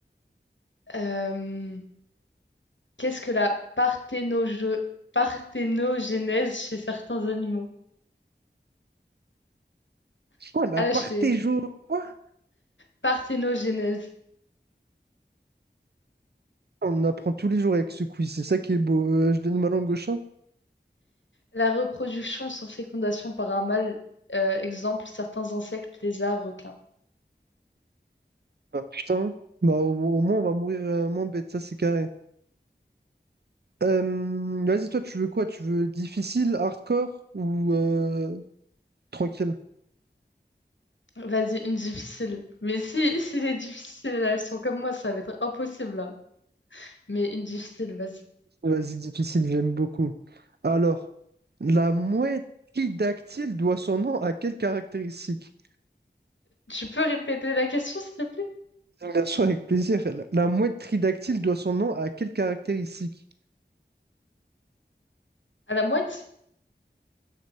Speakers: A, on the left; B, on the right.
A: Euh, qu'est-ce que la parthénoge- parthénogénèse chez certains animaux?
B: Oh, la
A: Ah
B: partéjo,
A: là, je t'ai-
B: quoi?
A: Parthénogénèse.
B: On apprend tous les jours avec ce quiz, c'est ça qui est beau. Euh, je donne ma langue au chat?
A: La reproduction sans fécondation par un mâle. euh, exemple, certains insectes, lézards, requins.
B: Bah putain, bah au, au moins on va mourir euh, moins bête, ça c'est carré. Euh, vas-y, toi, tu veux quoi? Tu veux difficile, hardcore ou euh, tranquille?
A: Vas-y, une difficile. Mais si, si les difficiles, elles sont comme moi, ça va être impossible là. Mais une difficile, vas-y.
B: Vas-y, difficile, j'aime beaucoup. Alors, la mouette dactyle doit son nom à quelle caractéristique?
A: Tu peux répéter la question, s'il te plaît?
B: Bien sûr, avec plaisir. La la mouette tridactyle doit son nom à quelle caractéristique?
A: À la moite?